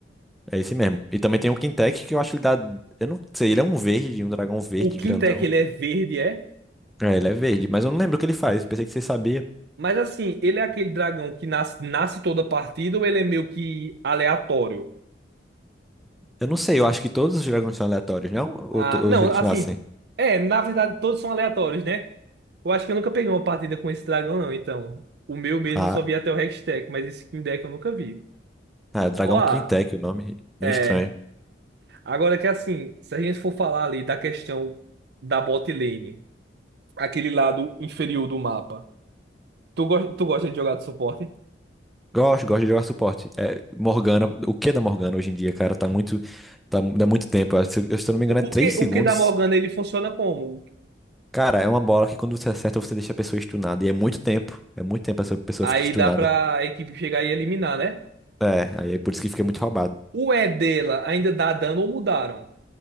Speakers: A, in the centre; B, on the right (about 60°).
A: é esse mesmo. E também tem o Quintec que eu acho que ele dá. Eu não sei, ele é um verde, um dragão verde
B: O quintec
A: grandão.
B: ele é verde, é?
A: É, ele é verde, mas eu não lembro o que ele faz. Pensei que você sabia.
B: Mas assim, ele é aquele dragão que nasce, nasce toda partida ou ele é meio que aleatório?
A: Eu não sei, eu acho que todos os dragões são aleatórios, não? Ou,
B: Ah,
A: to- ou
B: não,
A: eles
B: assim,
A: nascem?
B: é, na verdade todos são aleatórios, né? Eu acho que eu nunca peguei uma partida com esse dragão, não, então. O meu mesmo
A: Ah,
B: eu só vi até o Hextech, mas esse King Deck eu nunca vi.
A: ah, é Dragão
B: Ó,
A: Quintec, o nome. Bem
B: é.
A: estranho.
B: Agora que assim, se a gente for falar ali da questão da bot lane, aquele lado inferior do mapa, tu, gos- tu gosta de jogar de suporte?
A: Gosto, gosto de jogar suporte. É, Morgana, o que é da Morgana hoje em dia, cara? Tá muito. Tá, dá muito tempo. Eu, se eu se eu não me engano,
B: O,
A: é 3
B: o que,
A: segundos.
B: o que da Morgana ele funciona como?
A: Cara, é uma bola que quando você acerta, você deixa a pessoa estunada. E é muito tempo. É muito tempo essa pessoa
B: Aí
A: fica estunada.
B: dá pra equipe chegar e eliminar, né?
A: É, aí é por isso que fica muito roubado.
B: O E dela ainda dá dano ou mudaram?